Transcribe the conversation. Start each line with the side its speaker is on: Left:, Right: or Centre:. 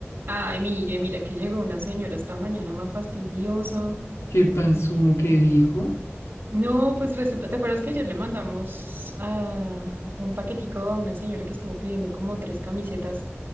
Right: Ay, Miguel, mira que llegó una señora esta mañana más fastidiosa.
Left: ¿Qué pasó? ¿Qué dijo?
Right: No, pues resulta, ¿te acuerdas que ayer le mandamos ah, un paquetico a una señora que estuvo pidiendo como tres camisetas?